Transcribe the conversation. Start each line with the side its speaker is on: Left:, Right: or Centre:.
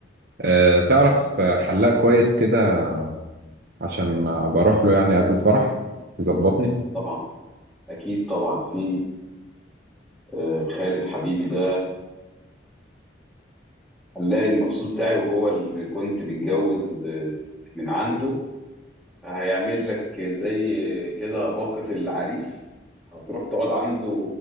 Right: آه تعرف آه، حلاق كويس كده عشان أبقى أروح له يعني قبل الفرح يظبطني
Centre: طبعا أكيد طبعا في آه، خالد حبيبي ده هنلاقي المخصوص بتاعي وهو اللي كنت متجوز آه، من عنده هيعمل لك زي كده باقة العريس هتروح تقعد عنده